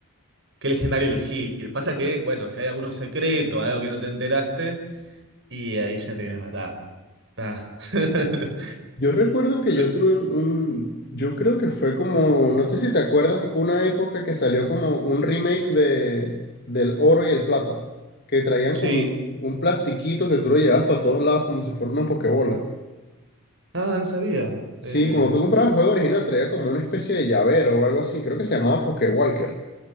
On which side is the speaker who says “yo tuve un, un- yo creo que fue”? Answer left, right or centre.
Left